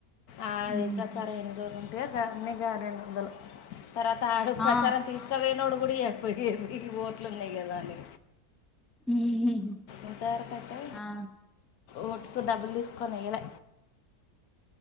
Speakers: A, on the left; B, in the centre.
A: అది
B: ఉహు
A: ప్రచారం ఎన్ని దో ఉంటేయో దన్నిగా రెండు వందలు తర్వాత ఆడుగు ప్రచారం
B: ఆ
A: తీసుకవనోడు అప్పుడకపోయి ఎకి ోట్లు ఉన్నాయి కదా అని
B: ఉహు
A: ఉ దారు కట్టా
B: ఆ
A: ఓటుకు డబ్బులు తీసుకొని వేయాల